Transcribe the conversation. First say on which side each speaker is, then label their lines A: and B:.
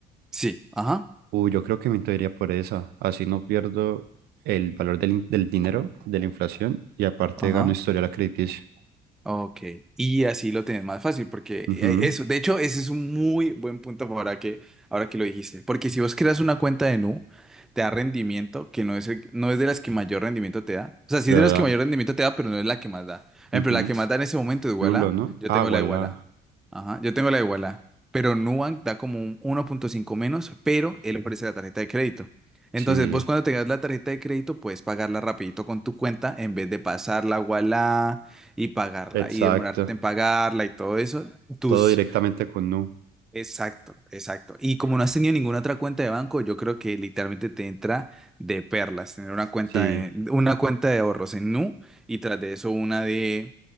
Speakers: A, in the centre; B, on the right.
A: Sí, ajá,
B: Uy, yo creo que me entraría por esa. Así no pierdo el valor del, in- del dinero, de la inflación, y aparte
A: ajá.
B: gano historial crediticio.
A: Ok, y así lo tenés más fácil, porque
B: Ujú,
A: eh, eso, de hecho, ese es un muy buen punto ahora que, ahora que lo dijiste, porque si vos creas una cuenta de Nu, te da rendimiento, que no es, el- no es de las que mayor rendimiento te da, o sea,
B: Pero
A: sí es de las
B: da.
A: que mayor rendimiento te da, pero no es la que más da. Por
B: ujú.
A: ejemplo, la que más da en ese momento es Wala,
B: Lulo, ¿no?
A: yo
B: Ah,
A: tengo
B: voilà.
A: la de Wala, ajá, yo tengo la de Wala, pero Nubank da como un uno punto cinco menos, pero él Ujú. ofrece la tarjeta de crédito. Entonces,
B: Sí,
A: vos cuando tengas la tarjeta de crédito, puedes pagarla rapidito con tu cuenta en vez de pasarla a Ualá y pagarla
B: exacto.
A: y demorarte en pagarla y todo eso, tus...
B: Todo directamente con Nu.
A: Exacto, exacto. Y como no has tenido ninguna otra cuenta de banco, yo creo que literalmente te entra de perlas tener una cuenta
B: Sí.
A: de, una cuenta de ahorros en Nu y tras de eso una de,